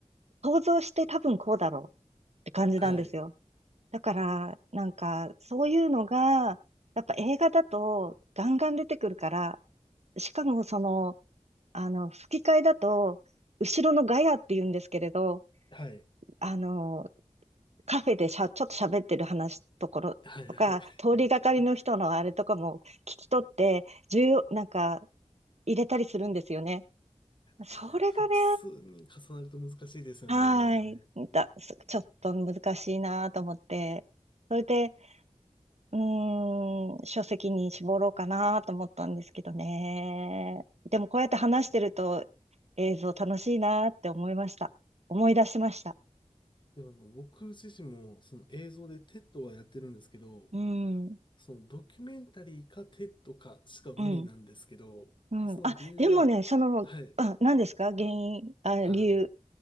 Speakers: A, on the right; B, on the left.
A: 想像して多分こうだろうって感じなんですよ。
B: はい、
A: だから、なんか、そういうのが、やっぱ映画だとガンガン出てくるから、しかもその、あの、吹き替えだと、後ろのガヤって言うんですけれど、
B: はい、
A: あの、カフェでしゃ、ちょっと喋ってる話ところとか、
B: はい、はい。
A: 通りがかりの人のあれとかも聞き取って、
B: <laughs>
A: 重要、なんか入れたりするんですよね。それがね、
B: あれ、複数に重なると難しいですよね。
A: はい、だ、すちょっと難しいなと思って。それで、うーん、書籍に絞ろうかなと思ったんですけどね。でもこうやって話してると映像楽しいなって思いました。思い出しました。
B: でもあの、僕自身もその映像で TED はやってるんですけど、
A: うん、う
B: そのドキュメンタリーかテッドかしか無理なんですけど、
A: ん、うん。
B: その理由が、
A: あ、でもね、その、
B: はい、
A: あ、何ですか原因、あ、
B: あの、
A: 理由。